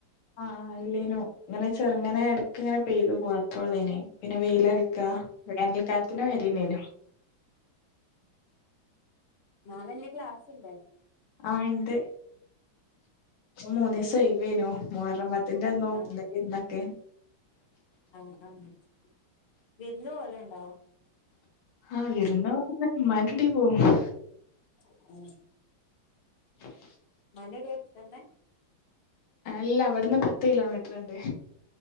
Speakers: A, on the left; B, on the left.
A: ആ ആല്ലേനു ഇങ്ങനെ ചെറുങ്ങനെ എടക്ക്‌യിങ്ങനെ പെയ്തു പോവാത്രേഒള്ളേനി പിന്നെ വെയില് ആഹ് വേനൽക്കാലത്തിനു വരിയാന്നെലോ
B: നാളെ ഇഞ്ഞി ക്ലാസ്ല്ല്ലേ
A: ആ ഇണ്ട് ഇന്ന് മൂന്ന് ദിവസം ആയി വേനു മൂഹറമ്പത്തിന്റെ അന്നോ
B: ആഹ്
A: എന്തൊക്കെയാ ഒണ്ടാക്കിയേ
B: ആ <unintelligible> വിരുന്നുപോവല് ഒണ്ടോ
A: ആ വിരുന്ന് പോവും ഉമ്മാന്റെ അവിടെപോകും യാ
B: <unintelligible> ഉം
A: <inaudible>
B: <unintelligible>
A: അല്ല ഇവിടുന്ന് പത്ത് കിലോമീറ്ററുണ്ട്